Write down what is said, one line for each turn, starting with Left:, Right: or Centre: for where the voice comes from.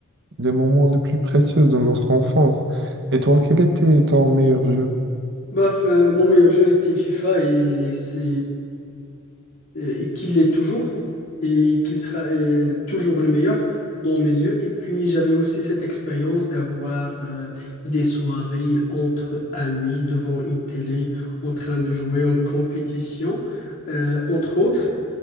Right: les moments les plus précieux de notre enfance. Et toi, quel était ton meilleur jeu?
Left: Bref, euh, mon meilleur jeu était FIFA et c'est et qu'il l'est toujours et qu'il sera euh, toujours le meilleur dans mes yeux. Et puis j'avais aussi cette expérience d'avoir euh, des soirées entre amis devant une télé en train de jouer en compétition, euh, entre autres.